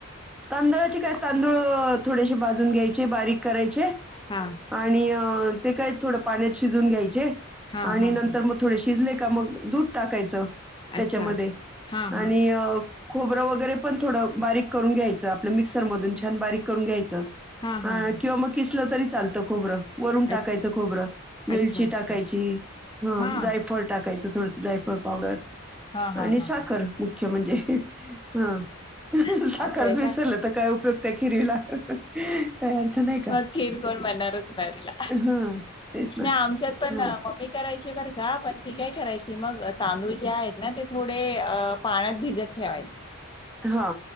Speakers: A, in the centre; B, on the left (about 20°).
A: तांदळाचे काय तांदूळ थोडेसे भाजून घ्यायचे, बारीक करायचे.
B: हां.
A: आणि ते काय थोड पाण्यात शिजून घ्यायचे,
B: हां,
A: आणि
B: हां. हां.
A: नंतर मग थोडेशे- शिजले का मग दूध टाकायचं.
B: अच्छा
A: त्याच्यामध्ये
B: हा.
A: आणि अ. खोबरं वगैरे पण थोडं बारीक करून घ्यायचं आपलं मिक्सर मधून छान बारीक करून घ्यायचं.
B: हां,
A: हा
B: हां. हां.
A: किंवा मग किसलं तरी चालतं खोबरं. वरून
B: अ
A: टाकायचं खोबरं वेलची
B: अच्छा, अच्छा.
A: टाकायची हं
B: हां.
A: जायफळ टाकायची. थडं जायफळ पावडर..
B: हा हा
A: आणि
B: हा
A: साखर
B: हा.
A: मुख्य म्हणजे हा
B: हां.
A: साखच
B: असं आहे
A: विसरल
B: का?
A: तर काय उपयुक्त खिरीला. काय अर्थ नाही का?
B: मग खीर कोण बनणारच प्रारीला
A: हा तेच ना
B: नाही आमच्यात पण.
A: ह
B: मम्मी करायची बर घा पण ती काय करायची मग तांदूळ जे आहेत. ना ते थोडे अ पाण्यात भिजत ठेवायचं.
A: हा.